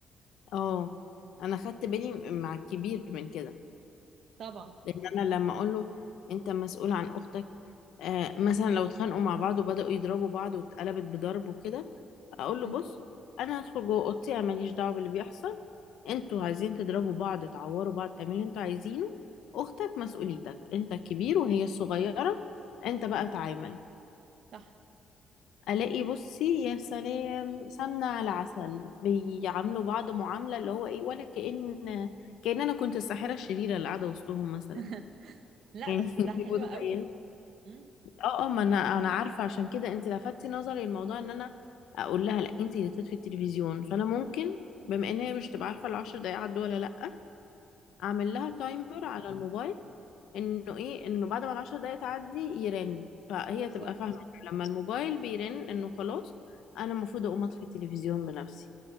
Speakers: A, on the left; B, on the right.
A: اه انا خدت بالي مع الكبير من كده
B: طبعا
A: لان انا لما اقول له انت مسؤول عن اختك آه مثلا لو اتخانقوا مع بعض وبداوا يضربوا بعض واتقلبت بضرب وكده اقول له
B: مم.
A: بص انا هدخل جوه اوضتي انا ماليش دعوه باللي بيحصل انتوا عايزين تضربوا بعض تعوروا بعض تعملوا اللي انتوا عايزينه اختك مسؤوليتك انت الكبير وهي الصغيره انت بقى تعامل
B: صح
A: الاقي بصي يا سلام سمنه على عسل بيعاملوا بعض معامله اللي هو ايه ولا كأن كأن انا كنت الساحره الشريره اللي قاعده وسطهم مثلا
B: <laughs> لا
A: يعني
B: بس ده
A: <laughs> انت
B: حلو
A: متخيله
B: قوي مم.
A: اه اه ما انا انا عارفه عشان كده انت لفتي نظري الموضوع ان انا اقول لها لا انت اللي تطفي التلفزيون فانا ممكن بما ان هي مش تبقى عارفه العشر دقايق عدوا ولا لا اعمل
B: صح
A: لها تايمر على الموبايل انه ايه انه بعد ما العشر دقايق تعدي يرن فهي
B: بالظبط
A: تبقى فاهمة لما الموبايل بيرن انه خلاص انا المفروض اقوم اطفي التلفزيون بنفسي